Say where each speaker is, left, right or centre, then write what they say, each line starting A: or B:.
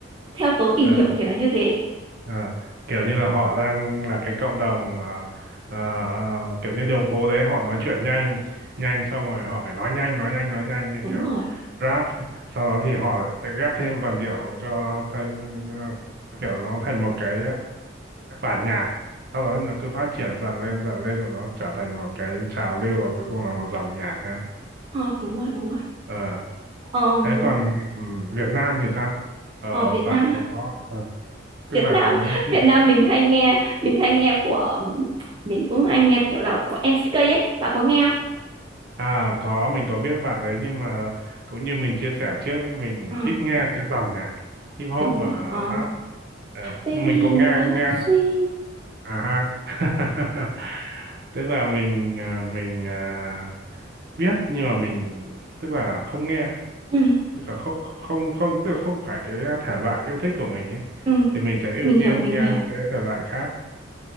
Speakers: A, on the right (about 25°); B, on the right (about 55°).
A: theo tớ tìm
B: ờ.
A: hiểu thì là như thế
B: Ờ, kiểu như là họ đang là cái cộng đồng ờ, ờ, ờ, kiểu như đường phố đấy họ nói chuyện nhanh nhanh xong rồi họ phải nói nhanh nói nhanh nói nhanh như
A: đúng
B: kiểu
A: rồi
B: rap sau đó thì họ lại ghép thêm vần điệu cho nó thành ờ, kiểu nó thành một cái bản nhạc sau đó nó cứ phát triển dần lên dần lên và nó trở thành một cái trào lưu và cuối cùng là một dòng nhạc ha
A: Ờ, đúng rồi đúng rồi
B: Ờ,
A: Ờm,
B: thế còn ừ, Việt Nam thì sao Ờ,
A: ở Việt
B: bạn
A: Nam á
B: có có ờ, tức
A: Việt
B: là
A: Nam <laughs>
B: cái
A: Việt Nam mình hay nghe mình hay nghe của mình cũng hay nghe kiểu là của MCK ấy bạn có nghe không
B: À có mình có biết bạn đấy nhưng mà cũng như mình chia sẻ trước ấy mình
A: Ờ
B: ít nghe cái dòng nhạc hip hop
A: đúng
B: và
A: rồi ờ
B: rap Ờ,
A: baby
B: nhưng mình cũng
A: đừng
B: nghe
A: làm
B: nghe
A: anh suy
B: à ha <laughs> tức là mình à, mình à, biết nhưng mà mình tức là không nghe
A: ừ
B: tức là không không không tức là không phải cái thể loại yêu thích của mình ấy
A: ừ
B: thì mình sẽ
A: mình
B: ưu tiên
A: hiểu mình
B: nghe
A: hiểu
B: những cái thể loại khác